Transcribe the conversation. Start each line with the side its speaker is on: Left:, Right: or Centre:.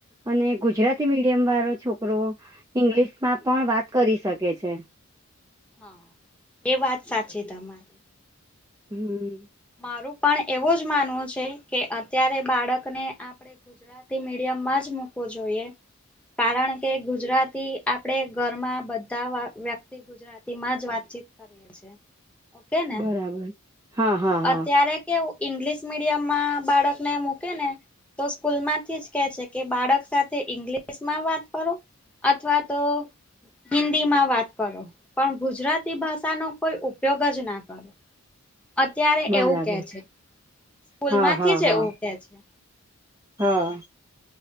Right: અને ગુજરાતી મીડિયમ વાળો છોકરો ઈંગ્લિશમાં પણ વાત કરી શકે છે
Centre: હા એ વાત સાચી તમારી
Right: હમ્મ
Centre: મારું પણ એવું જ માનવું છે કે અત્યારે બાળકને આપડે ગુજરાતી મીડિયમ માં જ મુૂકવો જોઈએ કારણ કે ગુજરાતી આપડે ઘરમાં બધા વ્યક્તિ ગ ગુજરાતી માં જ વાતચીત કરીએ છે ઓકે ને
Right: બરાબર હા હા હા
Centre: અત્યારે કેવું ઈંગ્લિશ મીડિયમમાં બાળક ને મૂકે ને તો સ્કૂલમાંથી જ કે છે કે બાળક સાથે ઈંગ્લિશ માં વાત કરો અથવા તો હિન્દી માં વાત કરો પણ ગુજરાતી ભાષા નો કોઈ ઉપયોગ જ ના કરો અત્યારે
Right: બરાબર
Centre: એવું કે છે સ્કૂલ
Right: હા
Centre: માંથી
Right: હા
Centre: જ
Right: હા
Centre: એવું કે છે
Right: હા